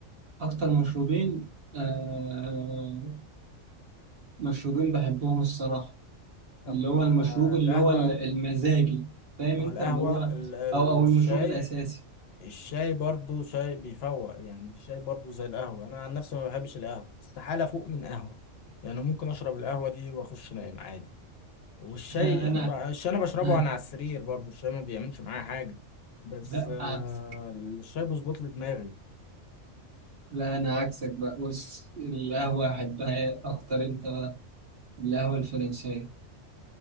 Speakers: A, on the right; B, on the left.
A: أكتر مشروبين آه مشروبين بحبهم الصراحة
B: طب
A: اللي
B: ما
A: هو المشروب اللي
B: القهوه
A: هو ال- المزاجي فاهم
B: ما
A: أنت
B: هو القهوة
A: اللي هو
B: ال- ال-
A: أو أو
B: الشاي
A: المشروب الأساسي
B: الشاي برضو شاي بيفوق يعني الشاي برضو زي القهوة أنا عن نفسي ما بحبش القهوة استحالة فوق من قهوة يعني ممكن أشرب القهوة دي وأخش نايم عادي والشاي
A: <laughs> لا أنا
B: أنا ب... الشاي أنا بشربه
A: <laughs>
B: وأنا على السرير برضو الشاي ما بيعملش معايا حاجة بس
A: لا
B: آه
A: عكسك
B: الشاي بيظبط لي دماغي
A: لا أنا عكسك بقى بص القهوة أحبها أكتر أنت القهوة الفرنسية